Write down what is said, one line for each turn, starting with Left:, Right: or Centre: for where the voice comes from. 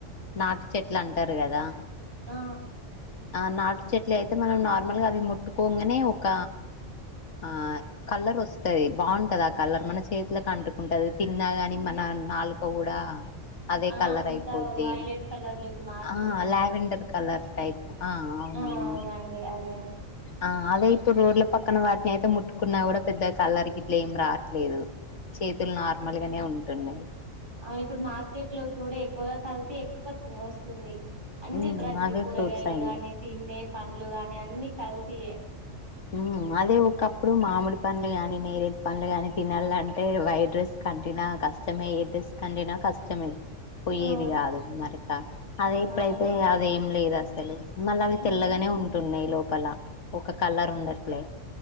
Left: నాటు చెట్లు అంటారు కదా
Right: ఆ
Left: ఆహ్ నాటు చెట్లు అయితే. అయితే మనం నార్మల్ గా అవి ముట్టుకోంగానే ఒక ఆహ్. కలర్ వస్తది బాగుంటది ఆ కలర్ మన చేతిలకి అంటుకుంటది తిన్నాగాని. కాని మన నాలుక కూడా. అదే
Right: ఆ
Left: కలర్
Right: అంతా
Left: అయిపోద్ది
Right: వైలెట్ కలర్ లోకి మారుతది
Left: ఆహ్ లావెండర్ కలర్. ఆహ్ అవునవును
Right: ఆ అవునండి అదే
Left: ఆహ్ అదే ఇప్పుడు రోడ్ల పక్కన వాడ్. చేతో ముట్టుకున్నా కూడా పెద్ద కలర్ గిట్లు ఏం రావట్లేదు చేతులు నార్మల్ గానే ఉంటా. ఉంటున్నాయి.
Right: రైతు మార్కెట్ లో కూడా ఎక్కువగా కల్తీ ఎక్కువ వస్తుంది. అన్ని
Left: ఉమ్
Right: ప్రతి
Left: అవే
Right: కూరగాయలు
Left: ఫ్రూట్స్ అయినాయి
Right: గాని తిన్నే పండ్లు గాని అన్ని కల్తీయే.
Left: ఉమ్ అదే ఒకప్పుడు మామిడి పండ్లు కానీ నేరేడు. పండ్లు గాని తినాలంటే వైట్ డ్రెస్ కి అంట్టినా కష్టమే ఏ డ్రెస్కంట్టినా కష్టమే. పోయేది
Right: ఆ
Left: కాదు మరక అదే ఇప్పుడైతే
Right: అవును
Left: అదేం లేదు అసలు మళ్ళ అవి తెల్లగనే
Right: ఉమ్.
Left: ఉంటున్నాయి లోపల ఒక కలర్ ఉండట్లే